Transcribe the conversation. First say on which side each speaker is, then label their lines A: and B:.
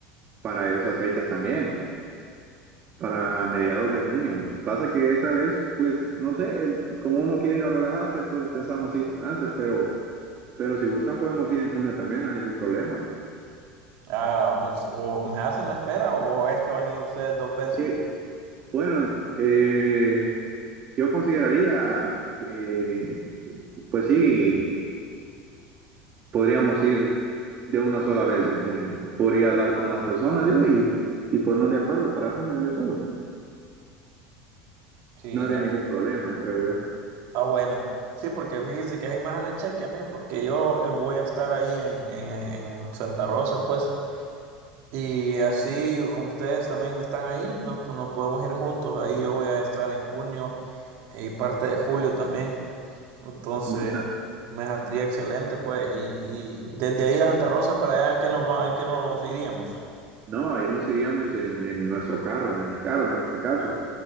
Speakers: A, on the right; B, on the right.
A: para esas fechas también, para mediados de junio. Pasa que esa vez, pues, no sé, como uno quiere ir a relajarse, entonces pensamos ir antes, pero, pero si gustan podemos ir en junio también, no hay ningún problema.
B: Ah, pues o me hacen la espera o es que van a ir ustedes dos veces.
A: Eh, bueno, eh, yo consideraría que, pues sí, podríamos ir de una sola vez en junio. Podría hablar con las personas yo y, y ponernos de acuerdo para junio de un solo.
B: Sí,
A: No habría
B: eh,
A: ningún problema, creo yo.
B: ah, bueno. Sí, porque fíjese que hay más le cheque a mí porque yo eh, voy a estar ahí en, en, en Santa Rosa, pues. Y así como ustedes también están ahí, nos, po- nos podemos ir juntos. Ahí yo voy a estar en junio y parte de julio también. Entonces,
A: N-
B: me saldría excelente, pues. Y, y desde ahí a Santa Rosa para allá, ¿en qué nos va, en qué nos iríamos?
A: No, ahí nos iríamos en, en nuestro carro, en mi carro en ese caso.